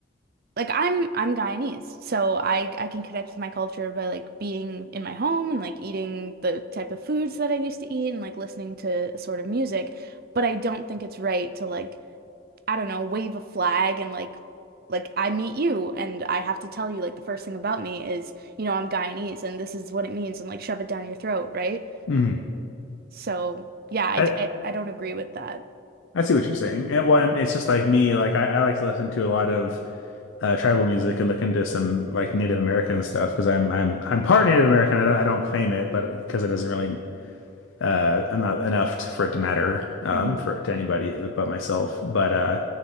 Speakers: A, on the right (about 50°); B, on the left (about 85°).
A: like I'm I'm Guyanese, so I I can connect with my culture by like being in my home and like eating the type of foods that I used to eat and like listening to a sort of music, but I don't think it's right to like I don't know, wave a flag and like like I meet you and I have to tell you like the first thing about me is, you know, I'm Guyanese and this is what it means and like shove it down your throat, right?
B: Mhm.
A: So, yeah, I
B: I
A: d- I, I don't agree with that.
B: I see what you're saying. And well, and it's just like me. Like I, I like to listen to a lot of uh, tribal music and look into some like Native American stuff because I'm I'm I'm part Native American. I don't I don't claim it, but because it doesn't really uh, I'm not enough t for it to matter um,
A: Mhm.
B: for to anybody but myself. But uh,